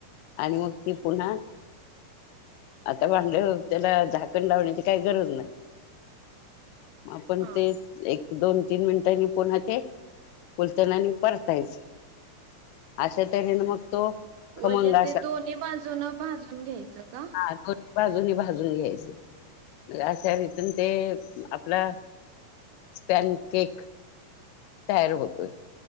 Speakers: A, on the left; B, on the right.
A: आणि मग ती पुन्हा.. आता भांड त्याला झाकण लावण्याची काय गरज नाय. आपण
B: हा
A: ते एक दोन तीन मिनिटांनी पुन्हा ते उलथन्यांनी.. परतायच अशा त्हेन मग तो... खमंग
B: म्हणजे
A: असा
B: ते दोन्ही बाजून भाजून घ्यायचं का?
A: दोन्ही बाजूनी भाजून घ्यायचं. अशा रीतीने ते आपला स्पॅन केक तयार होतोय.